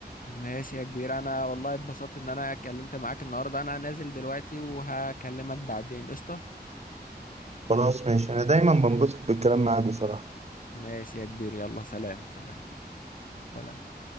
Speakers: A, on the left (about 55°); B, on the right (about 40°).
A: ماشي يا كبير انا والله اتبسطت ان انا اتكلمت معاك النهارده انا نازل دلوقتي وهكلمك بعدين قشطة
B: خلاص ماشي أنا دايما بنبسط بالكلام معاك بصراحة
A: ماشي يا كبير يلا سلام سلام سلام